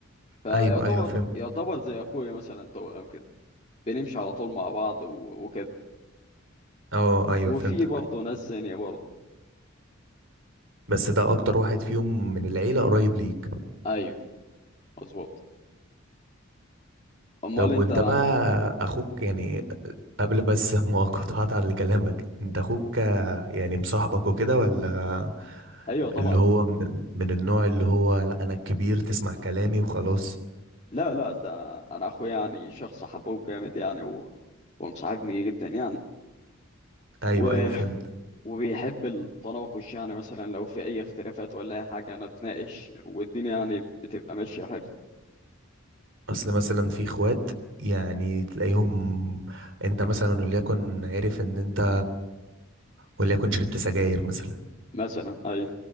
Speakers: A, on the left; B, on the right.
A: فيعتبر
B: ايوه ايوه فهمت
A: يعتبر زي اخويا مثلا توأم كده بنمشي على طول مع بعض و... وكده
B: اه ايوه
A: وفي
B: فهمتك
A: برضه ناس ثانية برضه
B: بس ده اكتر واحد فيهم من العيلة قريب ليك
A: ايوه مظبوط امال
B: طب
A: انت
B: وانت بقى اخوك يعني قبل بس <laughs> ما قطعت على كلامك انت اخوك آه، يعني مصاحبك وكده ولا
A: ايوه طبعا
B: اللي هو من, من النوع اللي هو لا انا الكبير تسمع كلامي وخلاص
A: لا لا ده انا اخويا يعني شخص حبوب جامد يعني و... ومصاحبني جدا يعني
B: ايوه
A: و...
B: ايوه فهمت
A: وبيحب التناقش يعني مثلا لو في اي اختلافات ولا اي حاجة نتناقش والدنيا يعني بتبقى ماشية حلو
B: اصل مثلا في اخوات يعني تلاقيهم انت مثلا وليكن عرف ان انت وليكن شربت سجاير مثلا
A: مثلا ايوه